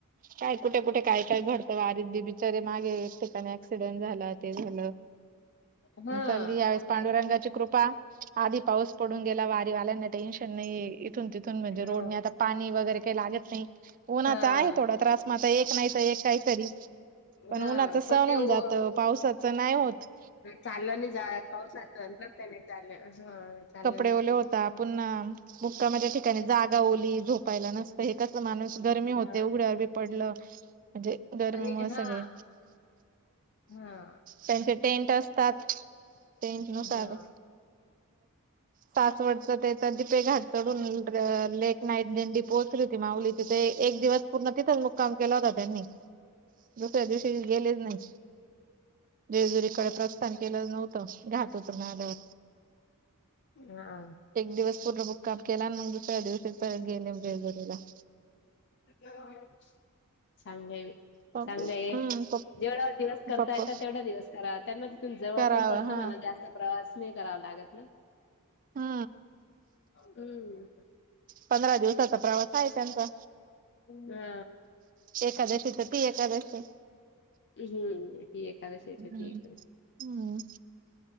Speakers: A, on the right; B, on the left.
A: काय कुठे, कुठे काय, काय घडतं वारीत बिरीत बिचारे मागे एक ठिकाणी ऍक्सिडेंट झाला ते झालं
B: हां
A: मी चालली यावेळेस
B: आता
A: पांडुरंगाची कृपा आधी पाऊस पडून गेला वारीवाल्यांना टेन्शन नाही इथून तिथून म्हणजे
B: हां
A: रोडने आता पाणी वगैरे काही लागत नाही उन्हाचा
B: हां.
A: आहे थोडा त्रास म आता एक नाही तर एक काहीतरी पण
B: हां
A: उन्हाचं सहन
B: पण ते
A: होऊन
B: ओ-
A: जात, पावसाचं नाही होतं
B: चाललं नाही जाय पाऊसात मग तेनी चालले आसं ह चालले
A: कपडे ओले होता पुन्हा मुक्कामाच्या ठिकाणी जागा ओली झोपायला नसते हे कसं माणूस गर्मीत पण
B: हां
A: ते उघड्यावर बी पडलं म्हणजे गरमीमुळे
B: आणि
A: सगळे
B: हां हां
A: त्यांचे टेंट असतात टेन्ट नुसार
B: हां
A: पाच वर्ष तेच आता दीपे घाट चढून लेट नाईट दिंडी पोहोचली होती माऊली तिथे एक दिवस पूर्ण तिथंच मुक्काम केला होता त्यांनी, दुसऱ्या दिवशी गेलेच नाही. जजुरीकडे प्रस्थान केलं नव्हतं घाट उतरून आल्यावर
B: हां
A: एक दिवस पूर्ण मुक्काम केला आणि मग दुसऱ्या दिवशीच परत गेले मी जेजुरीला
B: चांगलं आहे बाई.
A: हम्म
B: चांगलंय जेवढा दिवस करता
A: पप्पा
B: येत, तेवढा दिवस करा त्यांना तिथून जवळ
A: कराव
B: पण पडतं
A: हा
B: म्हणा जास प्रवास नाही करावा लागत ना
A: हा
B: हम्म
A: पंधरा दिवसाचा प्रवास आहे त्यांचा.
B: हा
A: एकादशी ते ती एकादशी
B: हम्म ती एकादशीच्या
A: हम्म
B: ती एकादशी
A: हम्म